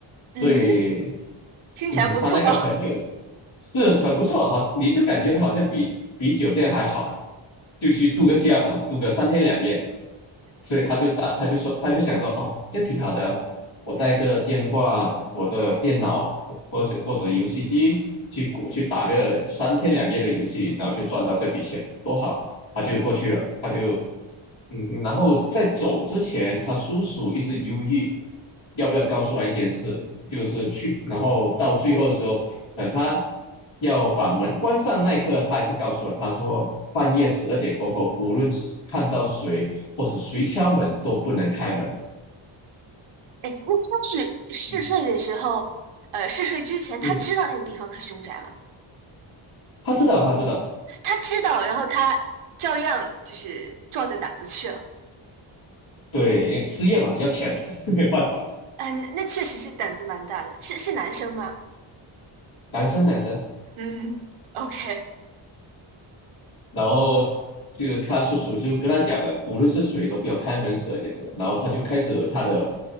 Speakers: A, on the left (about 70°); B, on the right (about 80°).
A: 所以
B: 嗯哼，听起来不错。
A: 嗯，他那个朋友
B: <laughs>
A: 是很不错，好，你就感觉好像比比酒店还好，就去度个假嘛，度个三天两夜，所以他就打，他就说，他就想说，哦，这样挺好的啊我带着电话、我的电脑或者或者游戏机去去打个三天两夜的游戏，然后就赚到这笔钱，多好。他就过去了，他就嗯，然后在走之前，他叔叔一直犹豫要不要告诉他一件事，就是去，然后到最后的时候，呃，他要把门关上那一刻，他还是告诉了他说，半夜十二点过后，无论是看到谁或者谁敲门都不能开门。
B: 哎，那他是嗜睡的时候，
A: 嗯
B: 呃，嗜睡之前他知道那个地方是凶宅吗？
A: 嗯，他知道，他知道，
B: 他知道，然后他照样就是壮着胆子去了。
A: 对，因为失业嘛，要钱嘛，<laughs> 没有办法，
B: 嗯，那那确实是胆子蛮大的。是是男生吗？
A: 男生男生。
B: 嗯，OK，
A: 然后这个他叔叔就跟他讲了，无论是谁都不要开门十二点钟。然后他就开始他的